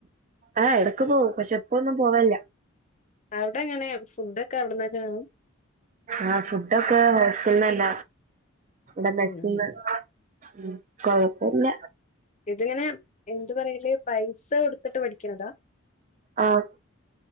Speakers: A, on the right; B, on the left.
A: ആ ഇടക്ക് പോകും പക്ഷെ പ്പ ഒന്നും പോവലില്ലാ
B: അവിടെ ങ്ങനെ ഫുഡ് ഒക്കെ അവിടന്ന് തന്നെണ്
A: ആഹ ഫുഡ് ഒക്കെ ഹോസ്റ്റലിന്നല്ല ഇവിടെ മെസ്സിന്ന്
B: ഉം
A: ഉം കൊഴപ്പമില്ല
B: ഇതിങ്ങനെ എന്ത് പറയല് പൈസ കൊടുത്തിട്ട് പഠിക്കണതാ
A: ആഹ്